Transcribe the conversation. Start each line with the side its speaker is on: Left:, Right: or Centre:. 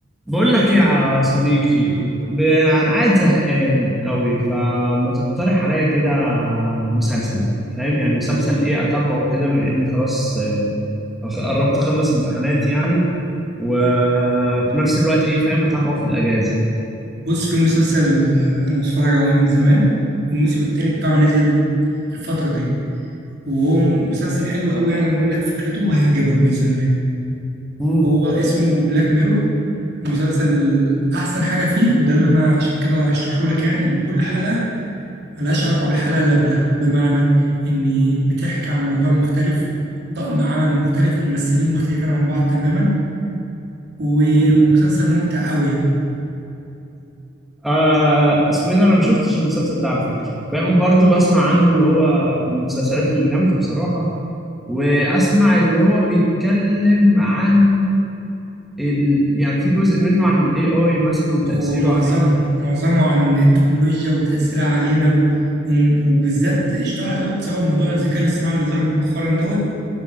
Centre: بقول لك ايه يا صديقي ب... انا قاعد زهقان قوي فما تقترح عليا كده مسلسل فاهم يعني مسلسل ايه اتابعه كده بما اني خلاص آه، أخ- قربت اخلص امتحانات يعني وفي نفس الوقت ايه فاهم اتابعه في الاجازه
Right: بص في مسلسل آه، انا بتفرج عليه من زمان والموسم التاني بتاعه نزل الفترة دي وهو م- مسلسل حلو قوي يعني انا اقول لك فكرته وهيعجبك بإذن الله
Centre: مم.
Right: هو اسمه بلاك ميرور مسلسل احسن حاجة فيه وده اللي انا عشان كده ارشحه لك يعني ان كل حلقة ملهاش علاقة بالحلقة اللي قبلها بمعنى ان بتحكي عن موضوع مختلف طقم عمل مختلف وممثلين مختلفين عن بعض تماما و-
Centre: مم.
Right: ومسلسل ممتع قوي يعني
Centre: آه اسمه ايه ده انا ما شفتش المسلسل ده على فكره فاهم برضو بسمع عنه اللي هو من المسلسلات اللي جامده بصراحه واسمع اللي هو بيتكلم عن آه، ال... يعني في جزء منه عن الاي اي مثلا وتأثيره
Right: هو معظمه
Centre: عليه
Right: معظمه عن التكنولوجيا وتأثيرها علينا و... وم- وبالذات اشتهر قوي بسبب موضوع الذكاء الاصطناعي اللي ظهر مؤخرا دوت